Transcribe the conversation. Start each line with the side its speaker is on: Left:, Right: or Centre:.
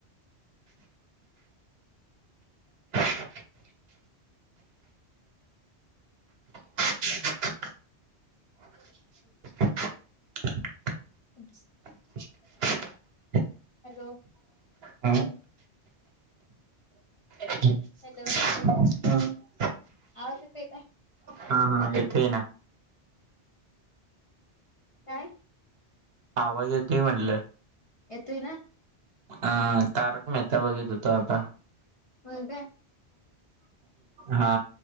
Right: <inaudible> <inaudible>
Left: अच्छ
Right: <inaudible>
Left: हॅलो
Right: हां. हां.
Left: हॅलो आवाज येतोय काय?
Right: हां हां येतोय ना.
Left: काय?
Right: आवाज येतोय म्हणलं.
Left: येतोय ना?
Right: आ तारक मेहता बघीत होतो आता.
Left: होय काय.
Right: हा